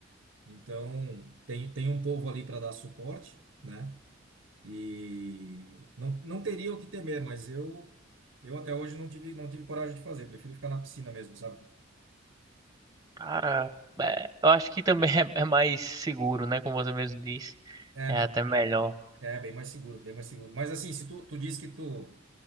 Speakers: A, on the right (about 85°); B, on the right (about 20°).
A: Então, tem, tem um povo ali para dar suporte, né? E não, não teria o que temer, mas eu eu até hoje não tive não tive coragem de fazer, prefiro ficar na piscina mesmo, sabe?
B: Cara, é, eu acho que também <laughs> é, é mais seguro, né, como você mesmo disse.
A: É,
B: É
A: não,
B: até
A: é,
B: melhor.
A: é bem mais seguro, bem mais seguro. Mas assim, se tu, tu diz que tu